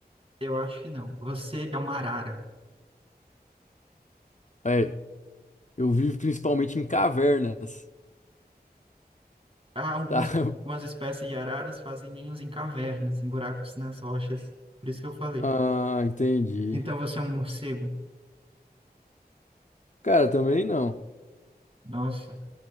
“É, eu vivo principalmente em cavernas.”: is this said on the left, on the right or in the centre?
Left